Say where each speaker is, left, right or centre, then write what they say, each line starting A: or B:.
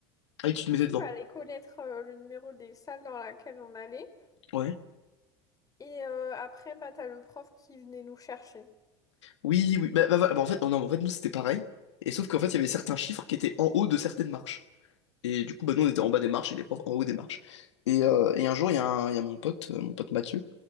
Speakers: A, on the left; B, on the left.
A: Ah, et tu
B: Du
A: te mettais
B: coup,
A: devant.
B: il fallait connaître euh, le numéro des salles dans laquelle on allait.
A: Ouais.
B: Et euh, après, bah, t'as le prof qui venait nous chercher.
A: Oui, oui. Bah, bah, bah, bah, en fait, non, non, en fait, nous, c'était pareil. Et sauf qu'en fait, il y avait certains chiffres qui étaient en haut de certaines marches. Et du coup, bah, nous, on était en bas des marches et les profs en haut des marches. Et, euh, et un jour, il y a, un- il y a mon pote, euh, mon pote Mathieu,